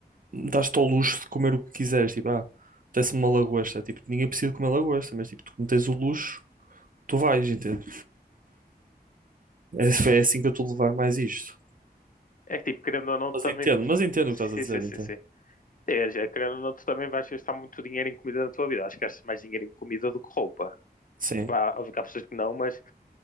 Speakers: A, on the right; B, on the left.
A: dás-te ao luxo de comer o que quiseres. Tipo, ah, apetece-me uma lagosta. Tipo, ninguém precisa de comer lagosta, mas tipo, tu não tens o luxo, tu vais, entende? É, é assim que eu estou a levar mais isto.
B: É que, tipo, querendo ou não,
A: Mas
B: também.
A: entendo, mas entendo
B: Sim,
A: o que estás a dizer,
B: sim, sim,
A: entendo.
B: sim. É, já, querendo ou não, tu também vais gastar muito dinheiro em comida na tua vida. Acho que gastas mais dinheiro em comida do que roupa.
A: Sim,
B: Tipo, há, óbvio que há pessoas que não, mas